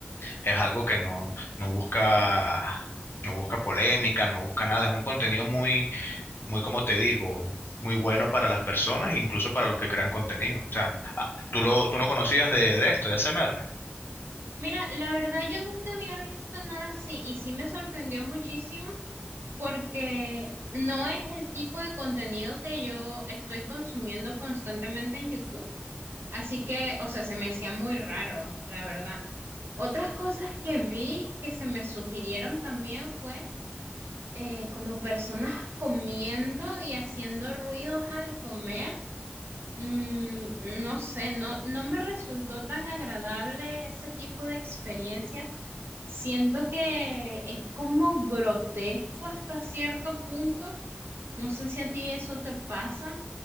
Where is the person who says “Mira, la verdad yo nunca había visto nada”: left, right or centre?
Right